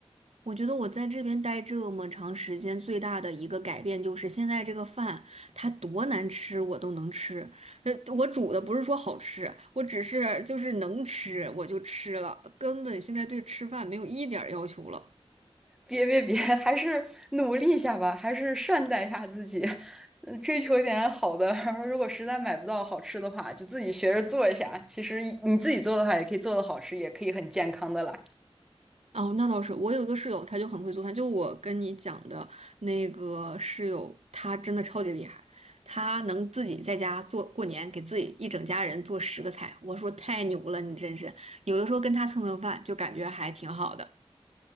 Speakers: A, on the right; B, in the centre.
A: 我觉得我在这边待这么长时间，最大的一个改变就是现在这个饭它多难吃我都能吃。呃，我煮的不是说好吃，我只是就是能吃我就吃了，根本现在对吃饭没有一点儿要求了。
B: 别别别，<laughs> 还是努力一下吧，还是善待一下自己，嗯追求一点好的。<laughs> 然后，如果实在买不到好吃的话，就自己学着做一下。其实你自己做的话，也可以做的好吃，也可以很健康的啦。
A: 哦，那倒是。我有一个室友，他就很会做饭，就我跟你讲的那个室友，他真的超级厉害，他能自己在家做，过年给自己一整家人做十个菜。我说太牛了，你真是有的时候跟他蹭蹭饭，就感觉还挺好的。